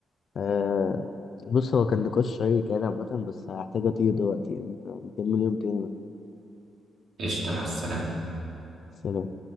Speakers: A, on the left; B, on the right.
A: آه بص هو كان نقاش شيق يعني عامة بس هحتاج أطير دلوقتي يعني فنكمل يوم تاني بقى.
B: قشطة مع السلامة
A: سلام